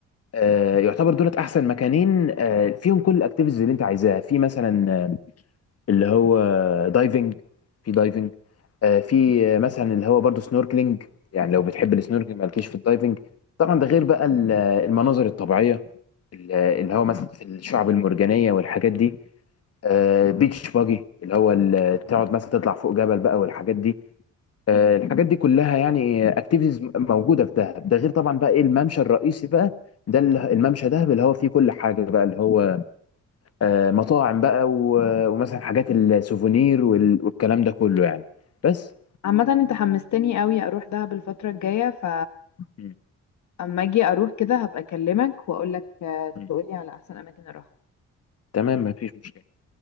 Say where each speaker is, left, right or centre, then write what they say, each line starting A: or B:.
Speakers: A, on the left (about 50°); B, on the left (about 65°).
A: آه، يعتبر دولت احسن مكانين آه، فيهم كل الاكتيفيتيز اللي انت عايزاها في مثلا آه، اللي هو دايفنج في دايفنج آه، في آه، مثلا اللي هو برضو سنوركلينج يعني لو بتحب السنوركلينج مالكيش في الدايفنج طبعا ده غير بقى ال- المناظر الطبيعيه ال- اللي هو مثلا في الشعب المرجانيه والحاجات دي آه، بيتش باجي اللي هو ال- تقعد مثلا تطلع فوق جبل بقى والحاجات دي آه،
B: مم.
A: الحاجات دي كلها يعني اكتيفيتيز موجوده في دهب ده غير طبعا بقى ايه الممشى الرئيسي بقى ده ال- الممشى دهب اللي هو فيه كل حاجه بقى اللي هو آه، مطاعم بقى و- ومثلا حاجات السوفونير وال- والكلام ده كله يعني بس
B: عامة انت حمستني قوي اروح دهب الفترة الجاية ف
A: مم.
B: اما اجي اروح كده هبقى اكلمك واقول لك
A: مم.
B: تقولي على احسن اماكن اروح
A: تمام مفيش مشكله